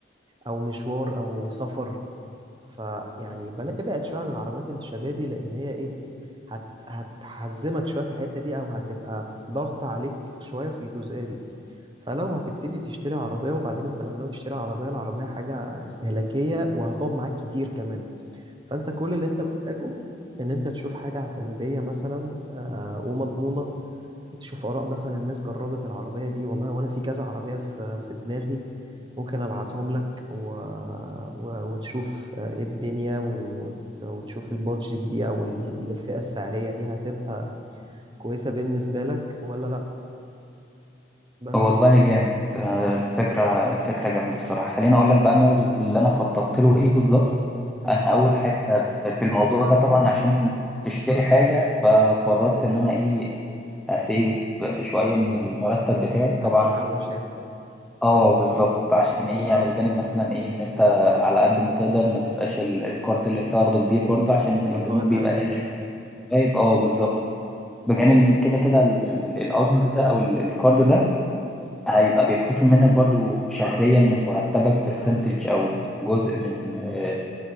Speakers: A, on the right (about 25°); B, in the centre.
A: او مشوار او سفر فيعني بلا- ابعد شويه عن العربيات الشبابي لان هي ايه هت هتحزمك شويه في الحته دي او هتبقى ضغط عليك شويه في الجزئيه دي فلو هتبتدي تشتري عربية وبعدين انت لو ناوي تشتري عربية العربية حاجة استهلاكية وهتقعد معاك كتير كمان فانت كل اللي انت محتاجه ان انت تشوف حاجة اعتمادية مثلا آه، ومضمونة تشوف آراء مثلا ناس جربت العربية دي والله وانا في كذا عربية في في دماغي ممكن ابعتهم لك و... و... وتشوف آه، ايه الدنيا وت... وتشوف البادجت دي او ال- الفئة السعرية دي هتبقى كويسة بالنسبة لك ولا لا بس
B: والله جامد آه، الفكرة الفكرة جامدة الصراحة خليني أقول لك بقى أنا اللي أنا خططت له إيه بالظبط
A: ماشي
B: أنا أول حاجة في الموضوع ده طبعا عشان تشتري حاجة فقررت إن أنا إيه أسيف شوية من المرتب بتاعي طبعا
A: عايز تحوش يعني
B: أه بالظبط عشان إيه يعني بجانب مثلا إيه إن أنت على قد ما تقدر ما تبقاش ال- الكارد اللي أنت واخده كبير برضه عشان
A: يبقى
B: البنوك
A: ضاغط
B: بيبقى
A: عليك
B: ليها
A: أه.
B: شوية أه بالظبط بجانب إن كده كده ال- ال- القبض ده أو ال- الكارد ده هيبقى بيتخصم منك برضو شهريا من مرتبك برسنتج
A: ايوه
B: او جزء من آه،